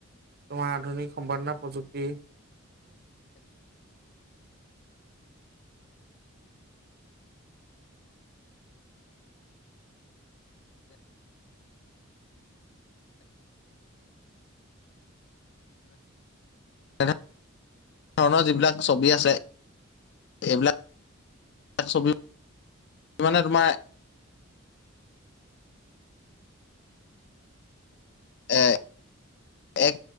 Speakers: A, on the right; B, on the left.
A: তোমাৰ আধুনিক সম্পাদনা প্ৰযুক্তি
B: এনেধৰণৰ যিবিলাক ছবি আছে, এইবিলাক ছবি মানে তোমাৰ এ এক